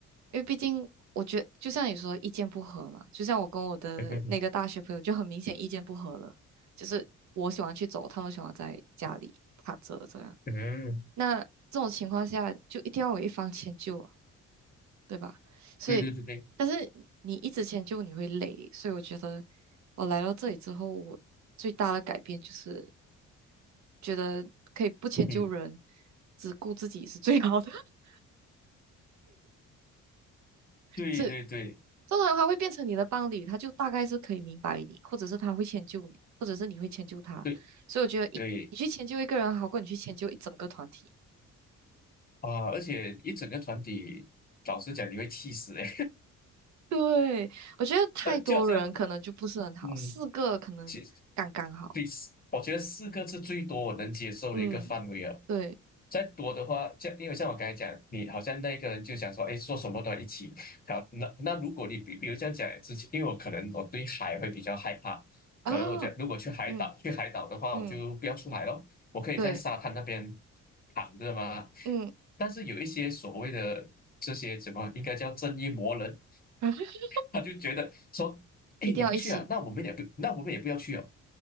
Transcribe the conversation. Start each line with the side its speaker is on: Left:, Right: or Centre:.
Right: 因为毕竟我觉就像你说意见不合嘛，就像我跟我的那个大学朋友就很明显意见不合了，
Left: 嗯哼
Right: 就是我喜欢去走，他们喜欢在家里躺着这样。
Left: 嗯，
Right: 那这种情况下就一定要有一方迁就啊，对吧？所以，
Left: 对对对对，
Right: 但是你一直迁就你会累，所以我觉得我来到这里之后，我最大的改变就是觉得可以不迁就人，
Left: 嗯哼，
Right: 只顾自己是最好的。<laughs>
Left: 对对对
Right: 这通常他会变成你的伴侣，他就大概是可以明白你，或者是他会迁就你，或者是你会迁就他。
Left: 对
Right: 所以我觉得一你去迁就一个人，
Left: 对
Right: 好过你去迁就一整个团体。
Left: 啊！而且一整个团体，老实讲，你会气死哎、
Right: 对，我觉得太多人可能就不是很好，
Left: <laughs> 呃，就好像，嗯，
Right: 四个可能刚刚好。
Left: 其。对，我觉得四个是最多我能接受的一个范围了。
Right: 嗯，对
Left: 再多的话，像因为像我刚才讲，你好像那个人就想说，哎，做什么都要一起。好，那那如果你比比如这样讲之前，因为我可能我对海会比较害怕，
Right: 啊，
Left: 可能我觉得如果去海岛去海岛的话，
Right: 嗯嗯，
Left: 我就不要出海咯，我可以在沙滩那边
Right: 对，
Left: 躺着嘛。
Right: 嗯，
Left: 但是有一些所谓的这些怎么应该叫正义魔人，
Right: <laughs>
Left: 他就觉得说，哎，
Right: 一定要一起。
Left: 你不去啊，那我们也不那我们也不要去哦。